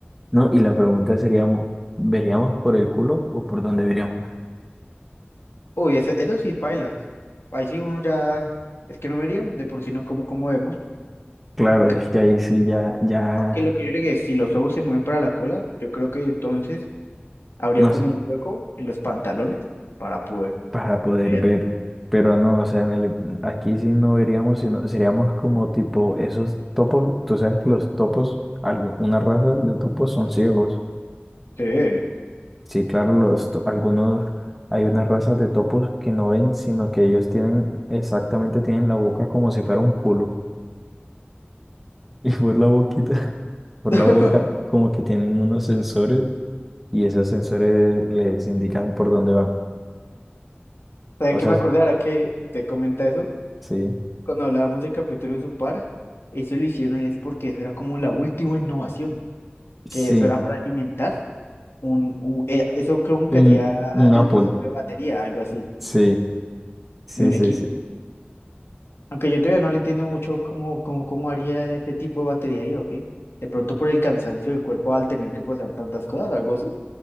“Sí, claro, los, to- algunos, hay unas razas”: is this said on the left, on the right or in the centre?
Centre